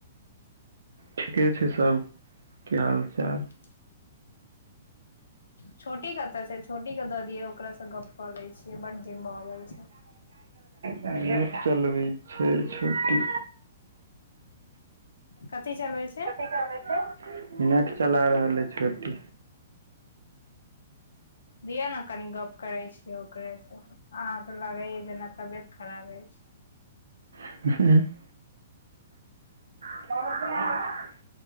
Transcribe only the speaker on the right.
ठीके छै सब। के हाल- चाल।
नेट चलबै छै छोटी।
<unintelligible> नेट चला रहल अइ छोटी।
<unintelligible> <unintelligible>